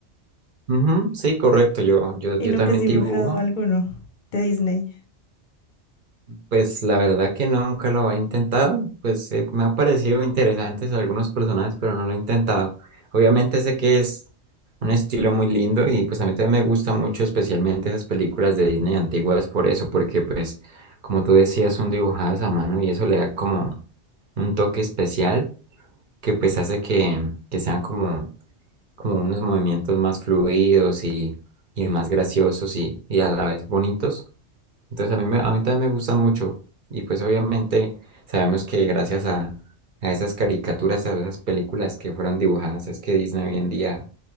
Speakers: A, on the right; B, on the left.
A: Ujú, sí, correcto. Yo, yo,
B: ¿Y
A: yo
B: nunca
A: también
B: has dibujado
A: dibujo.
B: alguno de Disney?
A: Pues la verdad que no, nunca lo he intentado, pues eh, me ha parecido interesantes algunos personajes, pero no lo he intentado. Obviamente sé que es un estilo muy lindo y pues a mí también me gusta mucho especialmente esas películas de Disney antiguas por eso, porque pues como tú decías son dibujadas a mano y eso le da como un toque especial que pues hace que, que sean como, como unos movimientos más fluidos y, y más graciosos y, y a la vez bonitos. Entonces a mí, me- a mí también me gustan mucho. Y pues obviamente sabemos que gracias a, a esas caricaturas, a esas películas que fueron dibujadas, es que Disney hoy en día